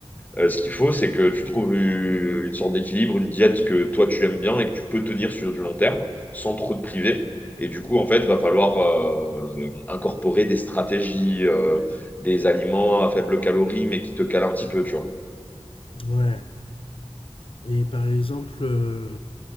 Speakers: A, on the left; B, on the left.
A: Euh, ce qu'il faut, c'est que tu trouves une une sorte d'équilibre, une diète que toi tu aimes bien et que tu peux tenir sur du long terme sans trop te priver. Et du coup, en fait, va falloir euh, incorporer des stratégies, euh, des aliments à faible calorie, mais qui te calent un petit peu, tu vois.
B: ouais. Et par exemple, euh,